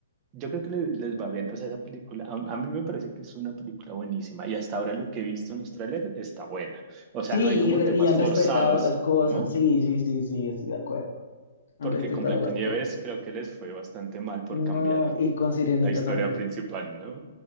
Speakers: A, on the right (about 30°); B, on the left (about 65°).
A: Yo creo que le- les, va bien. O sea, esa película, a, a mí me parece que es una película buenísima y hasta ahora lo que he visto en los trailers está buena. O
B: Sí,
A: sea, no hay como
B: y, re-
A: temas
B: y han
A: forzados,
B: respetado las cosas.
A: ¿no?
B: Sí, sí, sí, sí, estoy de acuerdo. Han
A: Porque
B: respetado
A: con Blancanieves
B: las cosas.
A: creo que les fue bastante mal por
B: No,
A: cambiar
B: y con Sirenita
A: la historia
B: también.
A: principal, ¿no?